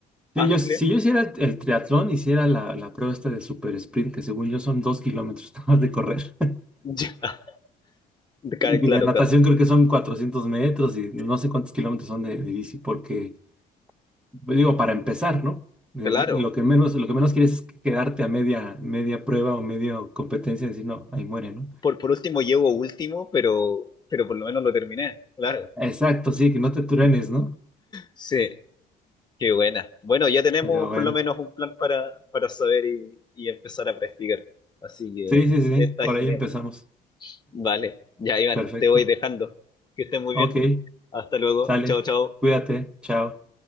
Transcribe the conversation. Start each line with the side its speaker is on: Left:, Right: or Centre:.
Left: amplia.
Centre: Sí, yo, si yo
Left: <laughs>
Centre: hiciera el triatlón, hiciera la, la prueba esta de super sprint, que según yo son dos kilómetros <laughs> nada más de correr.
Left: Ya. Ca-
Centre: Y
Left: Claro, claro,
Centre: de natación creo que son 400 metros y no sé cuántos kilómetros son de, de bici, porque, pues, digo, para empezar, ¿no? Eh,
Left: claro.
Centre: Lo que menos, lo que menos quieres es quedarte a media, media prueba o media competencia y decir, no, ahí muere, ¿no?
Left: Por, por último llevo último, pero, pero por lo menos lo terminé, claro.
Centre: Exacto, sí, que no te truenes, ¿no?
Left: Sí, qué buena. Bueno, ya tenemos
Centre: Pero bueno,
Left: por lo menos un plan para, para saber y, y empezar a practicar. Así que
Centre: sí, sí, sí,
Left: está
Centre: sí, por
Left: genial.
Centre: ahí empezamos.
Left: Vale, ya Iván,
Centre: Perfecto.
Left: te voy dejando. Que estés muy
Centre: Ok,
Left: bien. Hasta luego.
Centre: sale,
Left: Chao, chao.
Centre: cuídate, chao.